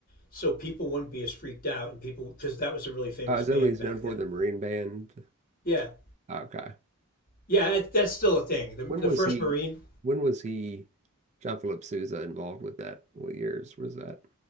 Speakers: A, on the left; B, on the right.
A: so people wouldn't be as freaked out and people because that was a really famous
B: Uh, is
A: band
B: that what he's
A: back
B: known
A: then.
B: for? The Marine Band?
A: Yeah.
B: Okay.
A: Yeah, it, that's still a thing. The,
B: When
A: the
B: was
A: first
B: he?
A: Marine
B: When was he? John Philip Sousa involved with that? What years was that?